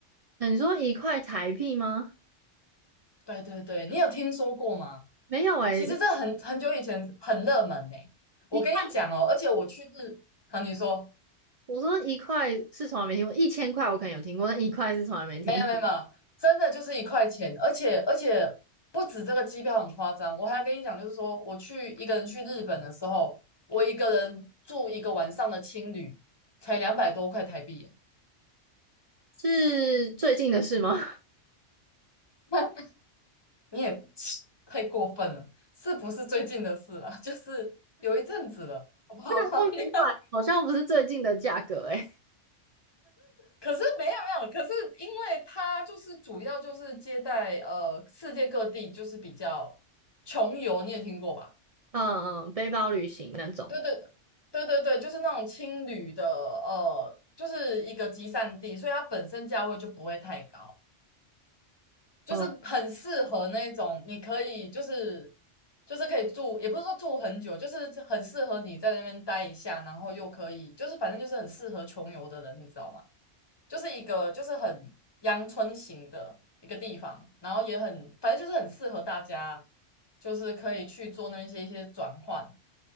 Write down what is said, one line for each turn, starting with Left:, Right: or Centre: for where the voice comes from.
Right: 那你说一块台币吗？
Left: 对对对，你有听说过吗？
Right: 没有诶、
Left: 其实这很很久以前很热门呢、我跟你讲哦，
Right: 一块。
Left: 而且我去日，好，你说。
Right: 我说一块是从来没听过，一千块我可能有听过，但一块是从来没听过。
Left: 没有没有没有，真的就是一块钱，而且而且不止这个机票很夸张，我还跟你讲，就是说我去一个人去日本的时候，我一个人住一个晚上的青旅，才两百多块台币耶，
Right: 是最近的事吗？<laughs>
Left: <laughs> 你也 <tsk> 太过分了，是不是最近的事了？<laughs> 就是有一阵子了，好不好？
Right: 到两百好像不是最近的价格诶、
Left: <laughs> 那个可是没有没有，可是因为他就是主要就是接待呃世界各地就是比较穷游，你也听过吧？
Right: 嗯嗯，背包旅行那种。
Left: 对对对对对，就是那种青旅的，呃，就是一个集散地，所以它本身价位就不会太高，就是很适合那种你可以就是
Right: 哦，
Left: 就是可以住，也不是说住很久，就是很适合你在那边待一下，然后又可以就是反正就是很适合穷游的人，你知道吗？就是一个就是很阳春型的一个地方，然后也很反正就是很适合大家，就是可以去做那些一些转换。